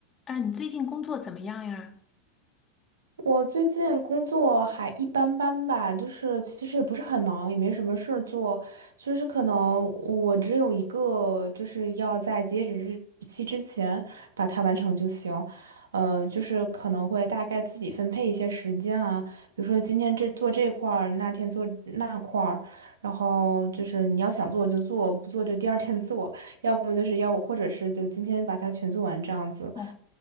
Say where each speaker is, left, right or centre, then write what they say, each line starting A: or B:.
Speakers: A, on the left; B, on the right.
A: 哎，你最近工作怎么样呀？
B: 我最近工作还一般般吧，就是其实也不是很忙，也没什么事儿做，就是可能我只有一个，就是要在截止日期之前把它完成就行。呃，就是可能会大概自己分配一些时间啊，比如说今天这做这块儿，那天做那块儿，然后就是你要想做就做，不做就第二天做，要么就是要或者是就今天把它全做完这样子，
A: 哦，